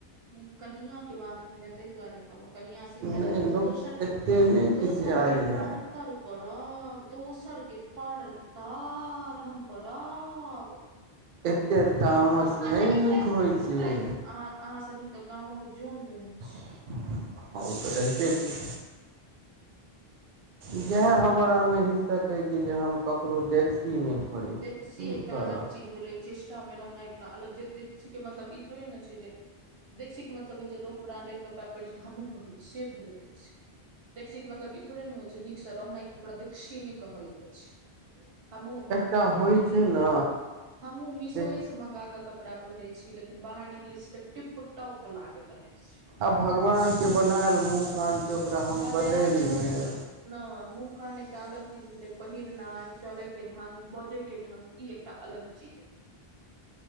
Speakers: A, on the right; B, on the right.
A: ह्म कनियां के बात कहलिय ताहि दुआरे कोनो कनिया सिखैत
B: नहि
A: तऽ हम
B: लोक
A: दोसर
B: एते
A: के
B: नहि खिसियाइये
A: दोसर के पड़तर तर कड़ब दोसरके पड़तर हम कड़ब
B: एतेक तामस नहि नीक होइत छै
A: अहाँ अहाँ से निक त गामक जोन रहै छै
B: हँ ओ तऽ रहिते छै इहै हमरामे हिस्सक अइ कि जे हम ककरो देखसी नहि करै छी
A: देखसी
B: की
A: एकटा
B: करब
A: अलग चीज भेलै चेष्टा मे रहनाइ एकटा अलग जे देखसी के मतलब ई थोड़े न छै जे देखसीके मतलब हइ जे लोक ब्रांडेड कपड़ा पहिरै छै तऽ हमूँ पहिरी से भेलै देखसी देखसी के मतलब ई थोड़े ने होइ छै नीक से रहनाइ के प्रदीक्षी नै कहल जाइ छै हमहुं
B: टा होइ छै ठीक ने
A: हमहूँ मीशोएसँ
B: देख
A: मंगा कऽ कपड़ा पहिरैत छी लेकिन बाहर निकलैत छी तऽ टिप टॉप लागैत रहै छै
B: आब भगवानके बनायल मुँह कानके ओकरा हम
A: बनायल
B: बदलि
A: मुँह
B: लेब
A: नहि मुँह कान त अलग चीज भेलै पहिरनाइ चले के ढंग बजे के ढंग ई एकटा अलग चीज